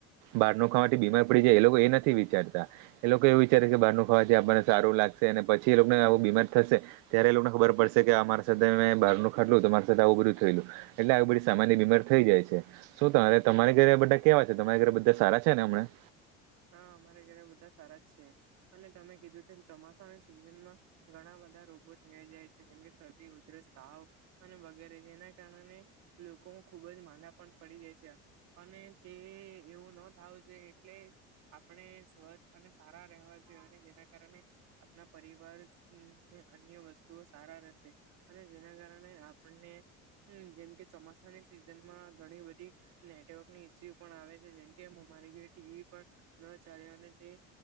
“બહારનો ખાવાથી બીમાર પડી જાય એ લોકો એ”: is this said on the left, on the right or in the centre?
Right